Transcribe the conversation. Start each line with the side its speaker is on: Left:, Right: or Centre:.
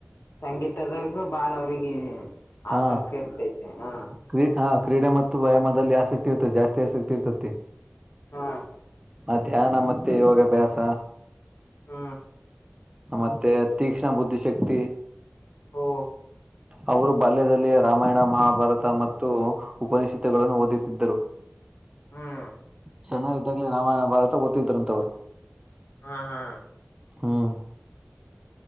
Left: ಸಂಗೀತದಾಗ ಬಾಳ ಅವ್ರಿಗಿ ಆಸಕ್ತಿ
Right: ಹ
Left: ಇರ್ತೈತೆ ಹಾ.
Right: ಕ್ರೀ ಹ ಕ್ರೀಡೆ ಮತ್ತು ವ್ಯಾಯಾಮದಲ್ಲಿ ಆಸಕ್ತಿ ಇರ್ತತಿ ಜಾಸ್ತಿ ಆಸಕ್ತಿ ಇರ್ತತಿ.
Left: ಹಾ
Right: ಅದ್ ಧ್ಯಾನ ಮತ್ತೆ ಯೋಗಾಭ್ಯಾಸ.
Left: ಹ್ಮ
Right: ಮತ್ತೆ ತೀಕ್ಷ್ಣ ಬುದ್ಧಿಶಕ್ತಿ.
Left: ಓ
Right: ಅವರು ಬಾಲ್ಯದಲ್ಲಿ ರಾಮಾಯಣ ಮಹಾಭಾರತ ಮತ್ತು ಉಪನಿಷತ್ತುಗಳನ್ನು ಓದುತ್ತಿದ್ದರು.
Left: ಹ್ಮ್
Right: ಸಣ್ಣವರಿದ್ದಾಗ್ಲೂ ರಾಮಾಯಣ ಭಾರತ ಒದ್ ದ್ತಿದ್ರಂತ ಅವ್ರು.
Left: ಹಾ ಹಾ
Right: ಹ್ಮ್